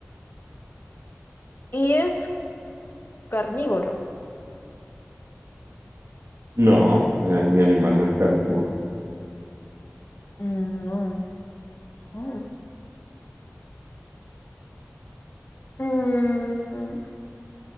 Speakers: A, on the left (about 50°); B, on the right (about 90°).
A: y es carnívoro.
B: No, el mi animal no es carnívoro.
A: Mm, No. Mm. Mm,